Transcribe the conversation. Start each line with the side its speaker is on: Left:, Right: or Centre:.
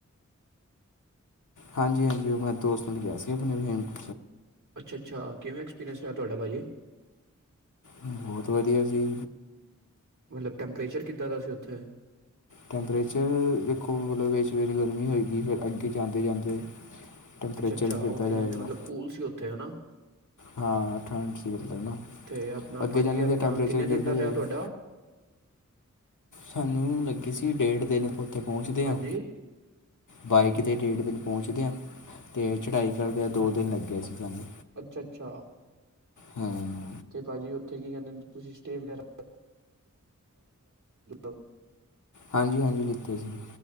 Left: ਹਾਂਜੀ -ਹਾਂਜੀ ਉਹ ਮੈਂ ਦੋਸਤ ਨੂੰ ਨਾਲ ਗਿਆ ਸੀ ਆਪਣੇ ਵਹੀਮ। <inaudible>
Right: ਅੱਛਾ -ਅੱਛਾ ਕਿਵੇਂ ਐਕਸਪੀਰੀਅੰਸ ਰਿਹਾ ਤੁਹਾਡਾ ਭਾਜੀ?
Left: ਬਹੁਤ ਵਧੀਆ ਜੀ।
Right: ਮਤਲਬ ਟੈਂਪਰੇਚਰ ਕਿੱਦਾਂ ਦਾ ਸੀ। ਉੱਥੇ
Left: ਟੈਂਪਰੇਚਰ ਦੇਖੋ, ਮਤਲਬ ਵਿੱਚ ਗਰਮੀ ਹੋ ਗਈ। ਫਿਰ ਅੱਗੇ ਜਾਂਦੇ -ਜਾਂਦੇ। ਟੈਂਪਰੇਚਰ
Right: ਅੱਛਾ -ਅੱਛਾ
Left: ਗਿਰਦਾ
Right: ਉੱਥੇ
Left: ਜਾਏਗਾ
Right: ਜਾਂਦੇ ਮਤਲਬ ਕੂਲ ਸੀ ਉੱਥੇ ਹਨਾ।
Left: ਹਾਂ, ਠੰਡ ਸੀ ਪਹਿਲਾਂ,
Right: ਤੇ ਆਪਣਾ
Left: ਅੱਗੇ
Right: ਭਾਜੀ
Left: ਜਾਂਦੇ
Right: ਆਪਣਾ
Left: ਤਾਂ ਟੈਂਪਰੇਚਰ
Right: ਕਿੰਨੇ ਦਿਨ
Left: ਗਿਰਦਾ।
Right: ਦਾ ਰਿਹਾ
Left: <inaudible>
Right: ਤੁਹਾਡਾ
Left: ਸਾਨੂੰ ਲੱਗੀ ਸੀ। ਡੇਢ ਦਿਨ ਉੱਥੇ ਪਹੁੰਚਦੇ
Right: ਹਾਂਜੀ,
Left: ਹਾਂ। ਬਾਈਕ 'ਤੇ ਡੇਢ ਦਿਨ ਪਹੁੰਚਦੇਿਆਂ। ਅਤੇ ਚੜ੍ਹਾਈ ਕਰਦਿਆਂ ਦੋ ਦਿਨ ਲੱਗਗੇ ਸੀ ਤੁਹਾਨੂੰ।
Right: ਅੱਛਾ- ਅੱਛਾ।
Left: ਹਮ।
Right: ਤੇ ਭਾਜੀ ਉੱਥੇ ਕੀ ਕਹਿੰਦੇ ਤੁਸੀਂ ਸਟੇਜ ਵਗੈਰਾ <unintelligible> <unintelligible>
Left: ਹਾਂਜੀ -ਹਾਂਜੀ ਦਿੱਤੇ ਸੀ।